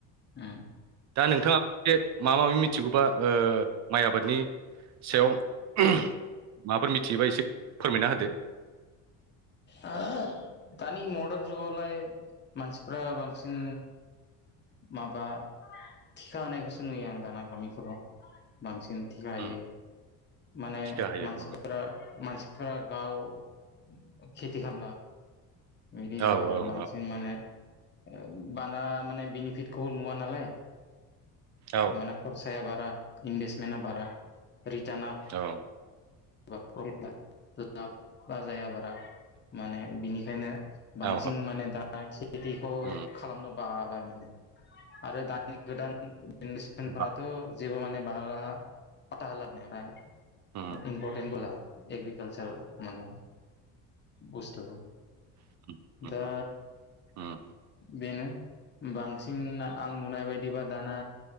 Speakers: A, on the left (about 30°); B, on the right (about 45°).
A: उम
B: दा नोंथाङा एसे माबा माबि मिथिगौबा ओ माइ आबादनि सायाव माबाफोर मिथियोबा एसे फोरमायना होदो।
A: ओ दानि मदार्न जुगावलाय मानसिफ्रा बांसिन माबा थिखा होनानायखौसो नुयो आं दाना गामिफोराव बांसिन थिखा हायो
B: उम
A: माने
B: थिखा होयो
A: मानसिफोरा
B: उम
A: मानसि गाव खेथि खालामला बिदि जाबाय
B: औ
A: आरो
B: औ
A: बांसिन माने ओ बाना माने बेनिफिटखौ नुवा नालाय
B: औ
A: माने खरसाया बारा इनभेटमेन्टआ बारा रिटार्ना
B: औ
A: <inaudible> लाबा जाया बारा माने बिनिखायनो बांसिन
B: औ औ
A: माने दा खेथिखौ
B: उम
A: खालामनो बाबाय माने आरो दानि गोदान जेनेरेसनफ्राथ'
B: उम
A: जेबो माने बारा पाथा होला
B: उम
A: इमपर्टेन्ट होला एग्रकालचार माने बुस्थु
B: उम उम
A: दा
B: उम
A: बेनो बांसिन आं नुनाय बायदिबा दाना